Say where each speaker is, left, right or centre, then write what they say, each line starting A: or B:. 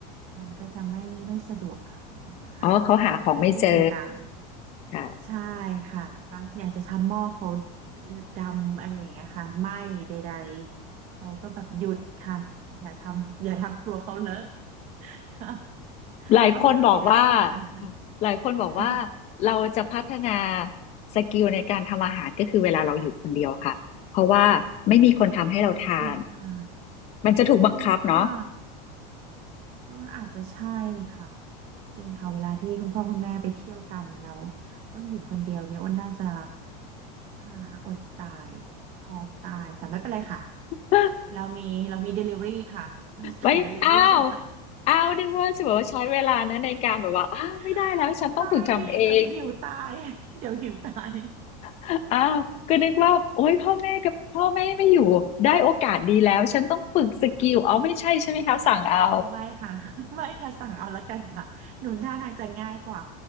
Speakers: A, on the right; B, on the left.
A: มันก็จะไม่ไม่สะดวกเขาอย่างเงี้ยค่ะมันก็เก๊กๆกัง
B: อ๋อเขาหาของไม่เจอ
A: ๆใช่
B: ค่ะ
A: ค่ะบางทีอาจจะทำหม้อเขาดำอะไรอย่างเงี้ยค่ะไหม้ใดๆ เขาก็แบบหยุดค่ะ อย่าทำอย่าทำครัวเขาเลอะค่ะ <laughs>
B: หลายคนบอกว่า
A: อ้นก็เลยได้ค่ะ
B: หลายคนบอกว่า
A: <laughs>
B: เราจะพัฒนาสกิลในการทำอาหารก็คือเวลาเราอยู่คนเดียวค่ะเพราะว่าไม่มีคนทำให้เราทาน
A: ค่ะโอ้จริงค่ะ
B: มันจะถูกบังคับเนาะ
A: จริงค่ะ ก็อาจจะใช่ค่ะจริงค่ะเวลาที่คุณพ่อคุณแม่ไปเที่ยวกันแล้วอ้นอยู่คนเดียวเนี่ยอ้นน่าจะอ่าอดตายพร้อมตายแต่ไม่เป็นไรค่ะ
B: <laughs>
A: เรามีเรามี Delivery ค่ะเราสั่ง
B: ไม่อ้าว
A: Delivery ได้
B: อ้าวนึกว่าจะบอกว่าใช้เวลานะในการแบบว่าอ้าวไม่ได้แล้วฉันต้องฝึกทำเอง
A: <laughs> ไม่เดี๋ยวหิวตายเดี๋ยวหิวตาย
B: <laughs> อ้าวก็นึกว่าโอ๊ยพ่อแม่กับพ่อแม่ไม่อยู่ได้โอกาสดีแล้วฉันต้องฝึกสกิลเอาไม่ใช่ใช่ไหมคะสั่งเอา
A: อ๋อไม่ค่ะ <laughs> ไม่ค่ะสั่งเอาละกันค่ะหนุนหน่าทางจะง่ายกว่า